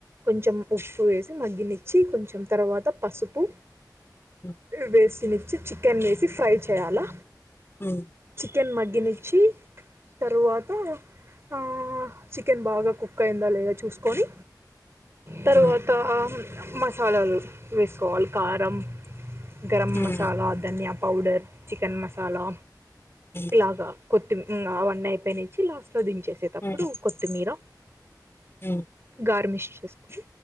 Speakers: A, on the right (about 35°); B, on the left (about 35°).
A: కొంచెం ఉప్పు వేసి మగ్గనిచ్చి కొంచెం తర్వాత పసుపు
B: హ్మ్.
A: వేసి చ్చి చికెన్ వేసి ఫ్రై చేయాలా
B: హ్మ్.
A: చికెన్ మగ్గనిచ్చి తర్వా వాత ఆ చికెన్ బాగా కుక్ అయిందా లేదా చూసుకోని తర్వాత
B: హ్మ్.
A: ఆ మసాలాలు వేసుకోవాలి కారం గరం
B: హ్మ్.
A: మసాలా ధన్య పౌడర్ చికెన్ మసాలా
B: హ్మ్.
A: ఇలాగా కొత్తి అవన్నీ అయిపోనిచ్చి లాస్ట్ లోధించేసేటప్పుడు
B: హ్మ్.
A: కొత్తిమీర
B: హ్మ్.
A: గార్మిష్ చేసుకుని